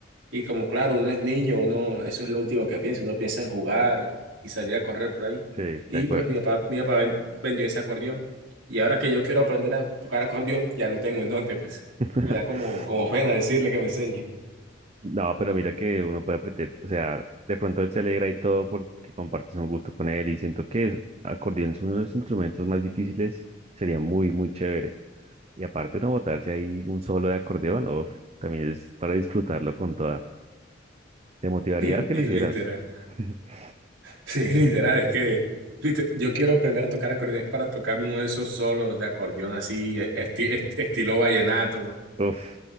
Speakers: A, on the right (about 85°); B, on the right (about 35°).
A: Y como claro, uno es niño, uno, eso es lo último que piensa, uno piensa en jugar y salir a correr por ahí.
B: Sí,
A: Y
B: de acuerdo.
A: pues mi papá, mi papá ven- vendió ese acordeón. Y ahora que yo quiero aprender a tocar acordeón, ya no tengo en dónde, pues.
B: <laughs>
A: Me da como, como pena decirle que me enseñe.
B: No, pero mira que uno puede aprender, o sea, de pronto él se alegra y todo porque compartes un gusto con él y siento que es- acordeón es uno de los instrumentos más difíciles, sería muy, muy chévere. Y aparte uno botarse ahí un solo de acordeón, uf, también es para disfrutarlo con toda. Te motivaría
A: <laughs>
B: a que lo hicieras.
A: Literal.
B: <laughs>
A: Sí, <laughs> literal, es que lite- yo quiero aprender a tocar acordeón es para tocar uno de esos solos de acordeón así, e, esti- est- estilo vallenato.
B: Uf,